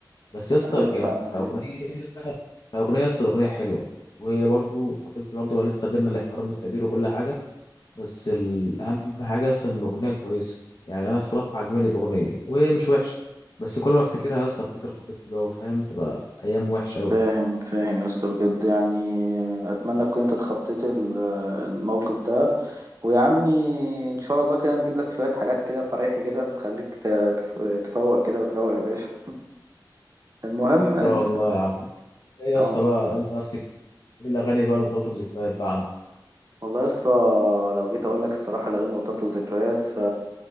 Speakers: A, on the left; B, on the right.
A: بس يا اسطى
B: ايوه
A: ك-
B: فعلا
A: كاغنيه
B: أيوة.
A: كاغنيه يا اسطى الاغنيه حلوه وهي برضو خطيبتي برضو لسه بينا الاحترام والتقدير وكل حاجه بس الاهم حاجه اصلا ان الاغنيه كويسه يعني انا الصراحه عجباني الاغنيه وهي مش وحشه بس كل ما افتكرها يا اسطى افتكر خطيبتي بقى وفاهم تبقى ايام وحشه قوي
B: فاهم
A: ان
B: فاهم يا اسطى بجد يعني اتمنى تكون انت اتخطيت ال- الموقف ده ويا عمي ان شاء الله كده نجيب لك شوية حاجات كده فريحي كده تخليك ت- تف- تفوق كده وتروق يا باشا المهم انت
A: شاء الله يا عم انت ايه يا
B: اه
A: اسطى بقى انت نفسك ايه الاغاني بقى المرتبطه بذكريات بقى عندك
B: والله يا اسطى لو جيت اقول لك الصراحة الاغاني مرتبطة بالذكريات ف